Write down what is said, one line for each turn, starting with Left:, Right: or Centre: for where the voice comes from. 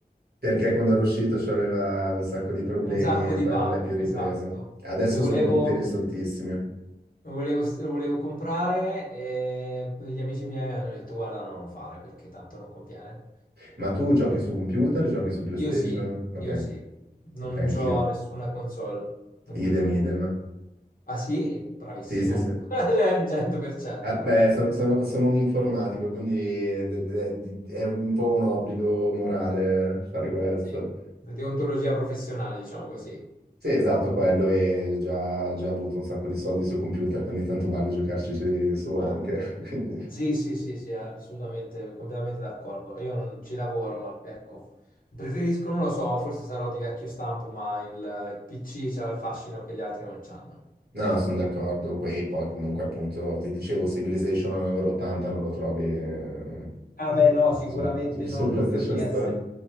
Right: Perché quando ero uscito c'aveva un sacco di problemi
Left: Un sacco
Right: e
Left: di
Right: poi
Left: bug,
Right: non l'hai più ripreso.
Left: esatto.
Right: Adesso
Left: Lo volevo...
Right: sono tutti risoltissimi.
Left: Lo volevo, lo volevo comprare e gli amici miei hanno detto guarda no, non lo fare perché tanto non conviene.
Right: Ma tu giochi su computer, giochi su PlayStation?
Left: Io sì,
Right: Ok,
Left: io sì, non
Right: ok, anch'io.
Left: c'ho nessuna console, dunque
Right: Idem,
Left: non...
Right: idem.
Left: Ah sì? Bravissimo,
Right: Sì, sì, sì.
Left: <laughs> Cioè, il 100%
Right: Ah,
Left: proprio.
Right: beh, son- sono, sono un informatico, quindi è, è- è un po' un obbligo morale eh, fare questo.
Left: Sì, deontologia professionale, diciamo così.
Right: Sì, esatto, quello e già, già butto un sacco di soldi su computer, quindi tanto vale giocarci su anche. <laughs> Quindi-
Left: Sì, sì, sì, sì, assolutamente, completamente d'accordo. Io non ci lavoro, ma ecco, preferisco, non lo so, forse sarò di vecchio stampo, ma il PC c'ha il fascino che gli altri non c'hanno.
Right: No, sono d'accordo. Qui poi comunque appunto ti dicevo Civilization a 1,80 non lo trovi eh,
Left: Ah
Right: su,
Left: beh, no, sicuramente
Right: su- su- su
Left: no, non
Right: PlayStation
Left: per PS.
Right: Store.